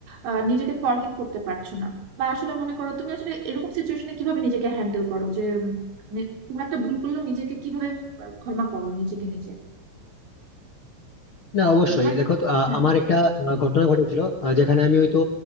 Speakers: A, on the right; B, on the left.
A: আহ, নিজেকে ফরগিভ করতে পারছো না বা আসলে মনে করো তুমি আসলে এরকম সিচুয়েশনে কিভাবে নিজেকে হ্যান্ডেল করো যে উম, মানে কোনো একটা ভুল করলেও নিজেকে কিভাবে আহ, ক্ষমা করো নিজেকে নিজে
B: না অবশ্যই
A: মানে তোমার
B: দেখো তো, আহ,
A: হ্যাঁ,
B: আমার একটা আহ, ঘটনা ঘটেছিল আহ, যেখানে আমি হয়তো